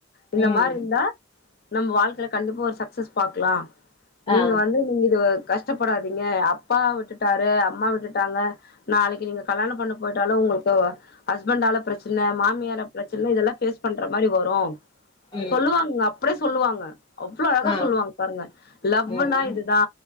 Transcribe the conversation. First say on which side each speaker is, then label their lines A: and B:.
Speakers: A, on the left; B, on the left.
A: இந்த
B: ம்
A: மாரி இர்ந்தா நம்ம வாழ்க்கைல கண்டிப்பா ஒரு சக்சஸ் பாக்லா நீங்க
B: ஆ
A: வந்து நீங்க இதுவு கஷ்ட்டப்படாதீங்க அப்பா விட்டுட்டாரு அம்மா விட்டுட்டாங்க நாளைக்கி நீங்க கல்யாண பண்ணி பொய்ட்டாலு உங்குளுக்கு வ ஹஸ்பண்ட்டால பிரச்சன மாம் மியார பிரச்சன இதல்லா ஃபேஸ் பண்ற மாரி வரு
B: ம்
A: சொல்லுவாங்குங்க அப்புடே சொல்லுவாங்க அவ்ளோ அழகா
B: ஆ
A: சொல்லுவாங் பாருங்க லவ்வுனா
B: ம்
A: இதுதா